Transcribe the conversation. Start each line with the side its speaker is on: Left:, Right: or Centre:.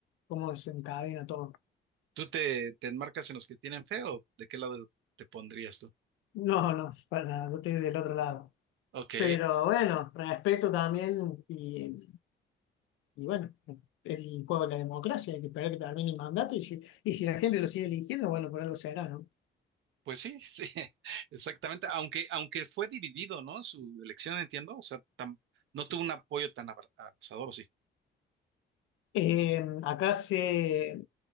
Left: cómo desencadena todo.
Right: ¿Tú te, te enmarcas en los que tienen fe o de qué lado te pondrías tú?
Left: No, no, para nada, yo estoy del otro lado.
Right: Ok.
Left: Pero bueno, respeto también y, y bueno, el juego de la democracia, hay que esperar que termine el mandato y si, y si la gente lo sigue eligiendo, bueno, por algo será, ¿no?
Right: Pues sí, sí, <laughs> exactamente. Aunque, aunque fue dividido, ¿no? Su elección, entiendo. O sea, tam- no tuvo un apoyo tan abra- abrazador, ¿o sí?
Left: Eh, acá se,